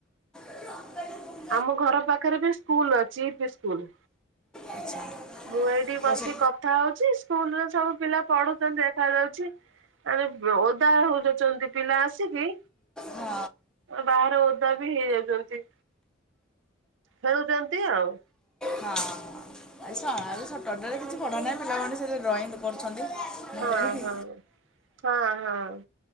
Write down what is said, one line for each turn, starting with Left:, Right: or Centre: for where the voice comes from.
Centre: ର <inaudible>
Right: ଆମ, ଘର ପାଖରେ ବି ସ୍କୁଲ ଅଛି, ୟୁପି ସ୍କୁଲ
Centre: ଆଚ୍ଛା
Right: ମୁଁ ଏ ଏଠି ବସି
Centre: ବସେ
Right: କଥା ହଉଛି। ସ୍କୁଲରେ, ସବୁ ପିଲା ପଢୁଛନ୍ତି ଦେଖା ଯାଉଛି। ଖାଲି ଓଦା ହଉଚନ୍ତି। ପିଲା ଆସିକି
Centre: ହଁ
Right: ବାହାର ଓଦା ବି ହେଇଯାଉଚନ୍ତି। ଖେଳୁଚନ୍ତି ଆଉ।
Centre: ହଁ। ଆଜି ସଁ ଆଜି ସଟର ଡେରେ କିଛି ପଢା ନାଇଁ ପିଲାମାନେ ସେଠି ଡ୍ରଇଂ କରୁଛନ୍ତି। ମୁଁ
Right: ହଁ,
Centre: କହିଲି
Right: ହଁ। ହଁ, ହଁ।